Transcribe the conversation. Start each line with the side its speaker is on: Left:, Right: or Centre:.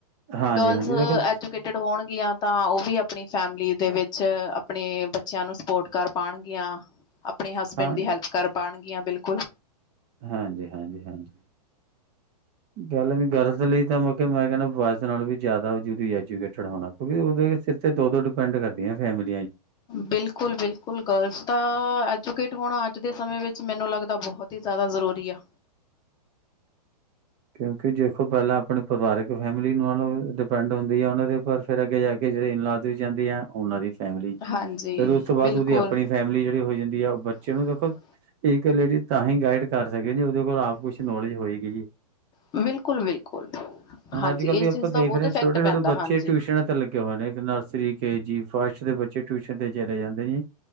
Right: ਹਾਂਜੀ
Left: ਗਰਲਸ
Right: ਹਾਂਜੀ ਦੇਖੋ
Left: ਐਜੂਕੇਟਿਡ ਹੋਣਗੀਆਂ। ਤਾਂ ਉਹ ਵੀ ਆਪਣੀ ਫੈਮਿਲੀ ਦੇ ਵਿੱਚ ਆਪਣੇ ਬੱਚਿਆਂ ਨੂੰ ਸਪੋਰਟ ਕਰ ਪਾਣਗੀਆਂ। ਆਪਣੇ ਹਸਬੈਂਡ
Right: ਹਾਂ
Left: ਦੀ ਹੈਲਪ ਕਰ ਪਾਣਗੀਆਂ ਬਿਲਕੁਲ।
Right: ਹਾਂਜੀ-ਹਾਂਜੀ, ਹਾਂਜੀ। ਗਰਲਸ ਵੀ ਗਰਲਸ ਲਈ ਤਾਂ ਮੈਂ ਕਿਹਾ ਮੈਂ ਕਹਿਨਾ ਬੋਇਸ ਨਾਲ ਵੀ ਜ਼ਿਆਦਾ <unintelligible> ਜਿਵੇਂ ਚੜਾਉਣਾ ਪਵੇ ਉਹਦੇ ਸਿਰ ਤੇ ਦੋ ਦੋ ਡਿਪੈਂਡ ਕਰਦੀ ਹੈ ਫੈਮਿਲੀ
Left: ਬਿਲਕੁਲ-ਬਿਲਕੁਲ ਗਰਲਸ ਤਾਂ ਐਜੂਕੇਟ ਹੋਣਾ ਅੱਜ ਦੇ ਸਮੇਂ ਵਿੱਚ ਮੈਨੂੰ ਲੱਗਦਾ ਬਹੁਤ ਹੀ ਜ਼ਿਆਦਾ ਜ਼ਰੂਰੀ ਆ।
Right: ਕਿਉਂਕਿ ਦੇਖੋ ਪਹਿਲਾਂ ਆਪਣੇ ਪਰਿਵਾਰਕ ਫੈਮਿਲੀ ਨਾਲੋਂ ਡਿਪੈਂਡ ਹੁੰਦੀਆਂ ਨੇ। ਪਰ ਫਿਰ ਅੱਗੇ ਜਾ ਕੇ ਜਿਹੜੇ ਇਨਲਾਦ ਵੀ ਜਾਂਦੀਆ ਉਹਨਾਂ ਦੀ ਫੈਮਿਲੀ
Left: ਹਾਂਜੀ
Right: ਫੇਰ ਉਸ ਤੋਂ ਬਾਅਦ
Left: ਬਿਲਕੁਲ
Right: ਉਹਦੀ ਆਪਣੀ ਫੈਮਿਲੀ ਜਿਹੜੀ ਹੋਈ ਜਾਂਦੀ ਆ
Left: ਦੇ
Right: ਉਹ ਬ <unintelligible> ਦੇਖੋ
Left: ਵਿੱਚ ਕੀ
Right: ਇਕ ਲੇਡ ਤਾਂ ਹੀ ਗਾਈਡ ਕਰ ਸਕੇ ਜੀ ਉਹਦੇ ਕੋਲ ਆਪ
Left: ਜੀ
Right: ਕੁਛ ਨੌਲੇਜ ਹੋਏਗੀ ਜੀ।
Left: ਨੂੰ ਬਿਲਕੁਲ ਬਿਲਕੁਲ
Right: ਹੁਣ
Left: ਹਾਂਜੀ
Right: ਅੱਜ ਕੱਲ੍ਹ ਦੀ
Left: ਇਸ
Right: ਆਪਾਂ
Left: ਚੀਜ਼
Right: ਦੇਖ
Left: ਦਾ ਬਹੁਤ
Right: ਰਹੇ ਹਾਂ
Left: ਇਫੈਕਟ
Right: ਛੋਟੇ-ਛੋਟੇ
Left: ਪੈਂਦਾ
Right: ਬੱਚੇ
Left: ਹਾਂਜੀ
Right: ਟਿਊਸ਼ਨਾਂ ਤੇ ਲੱਗੇ ਹੋਏ ਨੇ ਨਰਸਿ ਕੇ ਜੀ ਫਸਟ ਦੇ ਬੱਚੇ ਟਿਊਸ਼ਨ ਤੇ ਚਲੇ ਜਾਂਦੇ ਨੇ।